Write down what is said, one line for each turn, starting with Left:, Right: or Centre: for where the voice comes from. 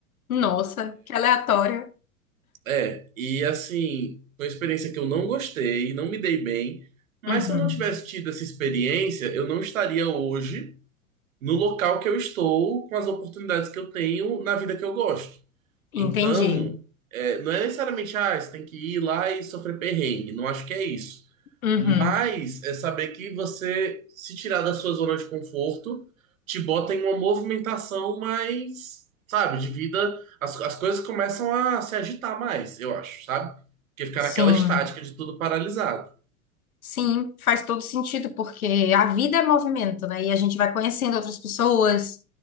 Left: Nossa, que aleatório.
Right: É, e assim, foi uma experiência que eu não gostei, não me dei bem, mas
Left: Uhum.
Right: se eu não tivesse tido essa experiência, eu não estaria hoje no local que eu estou, com as oportunidades que eu tenho na vida que eu gosto.
Left: Entendi.
Right: Então, é, não é necessariamente, ah, você tem que ir lá e sofrer perrengue. Não acho que é isso.
Left: Uhum.
Right: Mas é saber que você se tirar da sua zona de conforto te bota em uma movimentação mais, sabe, de vida. As, as coisas começam a se agitar mais, eu acho, sabe? Porque ficar
Left: Sim,
Right: naquela estática de tudo paralisado.
Left: sim, faz todo sentido, porque a vida é movimento, né? E a gente vai conhecendo outras pessoas,